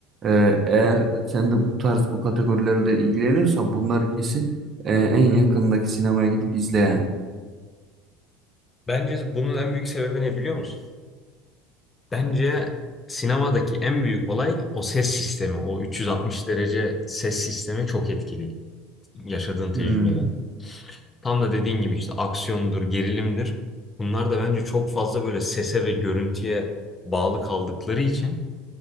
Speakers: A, on the right; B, on the left.
A: Ee, eğer sen de bu tarz bu kategorilerde ilgileniyorsan bunları kesin e, en yakındaki sinemaya gidip izle yani.
B: Bence bunun en büyük sebebi ne biliyor musun? Bence sinemadaki en büyük olay o ses sistemi, o 360 derece ses sistemi çok etkili yaşadığın tecrübede.
A: Hmm.
B: Tam da dediğin gibi işte aksiyondur, gerilimdir. Bunlar da bence çok fazla böyle sese ve görüntüye bağlı kaldıkları için